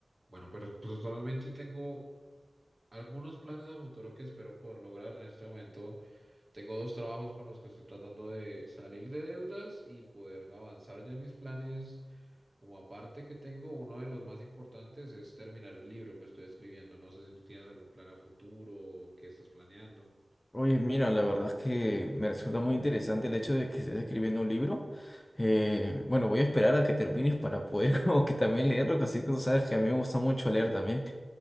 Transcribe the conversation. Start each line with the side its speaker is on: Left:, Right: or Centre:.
Right: Bueno, pero personalmente tengo algunos planes a futuro que espero poder lograr en este momento. Tengo dos trabajos con los que estoy tratando de salir de deudas y poder avanzar ya en mis planes. Como aparte que tengo, uno de los más importantes es terminar el libro que estoy escribiendo. No sé si tú tienes algún plan a futuro o qué estás planeando.
Left: Oye, mira, la verdad es que me resulta muy interesante el hecho de que estés escribiendo un libro. Eh, bueno, voy a esperar a que termines para poder <laughs> como que también leerlo, que así que tú sabes que a mí me gusta mucho leer también.